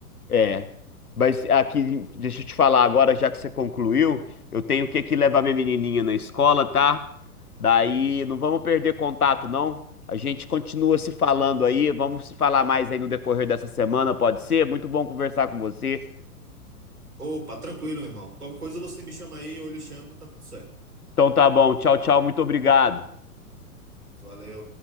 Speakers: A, on the left; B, on the right.
A: é. Mas aqui, deixa eu te falar agora, já que você concluiu, eu tenho que aqui levar minha menininha na escola, tá? Daí, não vamos perder contato, não. A gente continua se falando aí, vamos se falar mais aí no decorrer dessa semana, pode ser? Muito bom conversar com você.
B: Opa, tranquilo, meu irmão. Qualquer coisa você me chama aí, eu lhe chamo e tá tudo certo.
A: Então tá bom, tchau, tchau, muito obrigado.
B: Valeu.